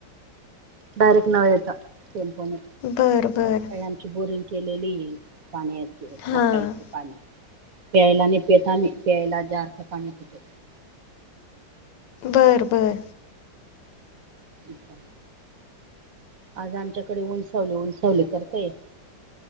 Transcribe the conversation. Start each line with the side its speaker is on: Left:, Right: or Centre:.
Right: डायरेक्ट नळ येतं, टेम्पोने
Left: बरं बरं
Right: ते आमची बोरिंग केलेली ए, पाणी येतं,
Left: हां
Right: वापरायचं पाणी प्यायला नाई प्येत आमी, प्यायला जारचं पाणी पितो.
Left: बर बर
Right: अच्छा आज आमच्याकडे ऊन सावली, ऊन सावली करतंय.